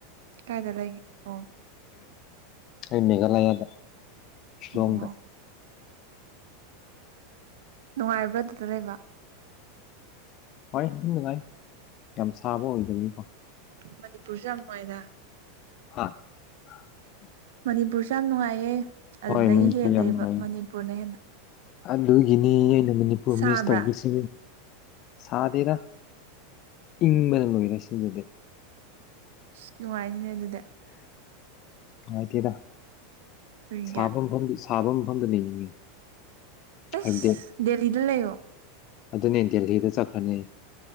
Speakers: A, on the right (about 65°); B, on the left (about 45°).
A: ꯀꯥꯏꯗ ꯂꯩꯒꯦ ꯑꯣ
B: ꯑꯩ ꯃꯦꯘꯂꯌꯥꯗ ꯁꯤꯤꯂꯣꯡꯗ
A: ꯑꯣ ꯅꯨꯡꯉꯥꯏꯕ꯭ꯔꯥ ꯑꯗꯨꯗ ꯂꯩꯕ
B: ꯍꯣꯏ ꯑꯗꯨꯅꯉꯥꯏ ꯌꯥꯝ ꯁꯥꯕ ꯑꯣꯏꯗꯕꯅꯤꯀꯣ
A: ꯃꯅꯤꯄꯨꯔꯁꯨ ꯌꯥꯝ ꯅꯨꯡꯉꯥꯏꯗ
B: ꯑ <unintelligible> <inaudible>
A: ꯃꯅꯤꯄꯨꯔꯁꯨ ꯌꯥꯝ ꯅꯨꯡꯉꯥꯏꯌꯦ ꯑꯗꯨꯗꯒꯤ
B: ꯍꯣꯏ ꯃꯅꯤꯄꯨꯔ
A: ꯍꯦꯜꯂꯦꯕ
B: ꯌꯥꯝ ꯅꯨꯡꯉꯥꯏ
A: ꯃꯅꯤꯄꯨꯔꯅ ꯍꯦꯟꯅ
B: ꯑꯗꯨꯒꯤꯅꯤ ꯑꯩꯅ ꯃꯅꯤꯄꯨꯔ
A: ꯁꯥꯕ꯭ꯔꯥ
B: ꯃꯤꯁ ꯇꯧꯕꯁꯤ ꯁꯥꯗꯦꯔ ꯏꯪꯕꯅ ꯂꯣꯏꯔꯦ ꯁꯤꯗꯗꯤ
A: ꯑꯁ ꯅꯨꯡꯉꯥꯏꯅꯤꯅꯦ ꯑꯗꯨꯗꯤ
B: ꯅꯨꯡꯉꯥꯏꯇꯦꯗ
A: ꯀꯔꯤꯒꯤ
B: ꯁꯥꯕ ꯃꯐꯝꯗ ꯁꯥꯕ ꯃꯐꯝꯗ ꯂꯩꯅꯤꯡꯉꯦ
A: ꯑꯁ
B: ꯍꯥꯏꯕꯗꯤ
A: ꯗꯦꯂꯤꯗ ꯂꯩꯌꯣ
B: ꯑꯗꯨꯅꯦ ꯗꯦꯍꯤꯗ ꯆꯠꯈ꯭ꯔꯅꯤ